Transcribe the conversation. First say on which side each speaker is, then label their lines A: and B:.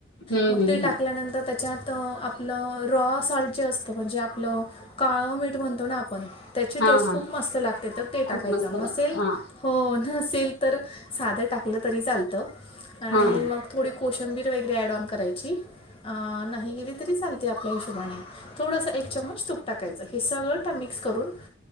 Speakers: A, on the left; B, on the left.
A: हम्म
B: मग
A: हम्म
B: ते टाकल्या
A: हम्म.
B: नंतर ते च्यात आपलं रॉ साॉल्ट जे असतं म्हणजे आपलं काळं मीठ म्हणतो ना आपण त्याची
A: हा
B: टेस्ट
A: हा
B: खूप मस्त लागते तर ते
A: खूप
B: टाकायच
A: मस्त
B: नसेल
A: लागते हा
B: हो नसेल तर साधं टाकलं तरी चालतं आणि
A: हा
B: मग थोडी कोशंबीर वगैरे ऍड ऑन करायची. नाही गेली तरी चालते, आपल्या हिशोबाने थोडंसं एक चमच तूप टाकायचं हे सगळं. तर मिक्स करून.